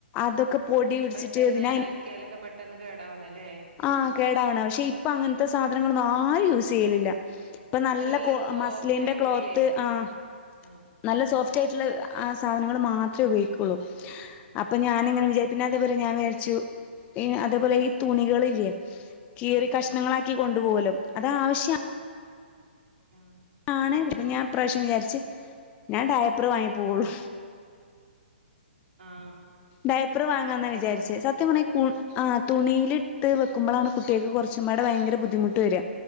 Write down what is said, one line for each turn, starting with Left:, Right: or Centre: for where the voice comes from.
Left: അതൊക്കെ പൊടി പിടിച്ചിട്ട്
Right: പെട്ടെന്ന്
Left: എന്തിനാ
Right: അലക്കിയാലൊക്കെ പെട്ടെന്ന് കേടാവണല്ലേ
Left: ആ കേടാവണ പക്ഷെ ഇപ്പ അങ്ങനത്തെ
Right: ആഹ്
Left: സാധനങ്ങളൊന്നും ആ ആഹ് യൂസ് തേന്നില്ല
Right: അത് ശരി
Left: ഇപ്പ നല്ല
Right: സോഫ്റ്റ്
Left: മസ്ലിന്റെ
Right: ആയിട്ടുള്ളേ
Left: ക്ലോത്ത് ആഹ്
Right: ആഹ്
Left: നല്ല സോഫ്റ്റ്‌ സോഫ്റ്റായിട്ടുള്ള അഹ് സാധനങ്ങൾ മാത്രമേ ഉപയോഗിക്കുകയുള്ളൂ
Right: ഉം
Left: അപ്പൊ ഞാനിങ്ങനെ വിചാരിക്കും പിന്നെ അതേപോലെ ഞാൻ വിചാരിച്ചു അതേപോലെ ഈ തുണികളില്ലേ കീറി
Right: ആഹ്
Left: കഷ്ണങ്ങളാക്കി കൊണ്ടുപോവുല്ലോ
Right: ഉം ഉം
Left: അതാവശ്യം
Right: ഉം
Left: ആഹ്
Right: ആഹ്
Left: ആണ് ഞാൻ ഇപ്രാശ്യം വിചാരിച്ച് ഞാൻ ഡടയപ്പർ വാങ്ങി പോകുള്ളു
Right: ആഹ്
Left: ഡയപ്പർ വാങ്ങന്നാ
Right: നല്ല
Left: വിചാരിച്ചേ സത്യപ ആ തുണിയിലിട്ട് വെക്കുമ്പോളാണ് കുട്ടികൾക്ക് കുറച്ചുപാടെ ഭയങ്കര ബുദ്ധിമുട്ട് വര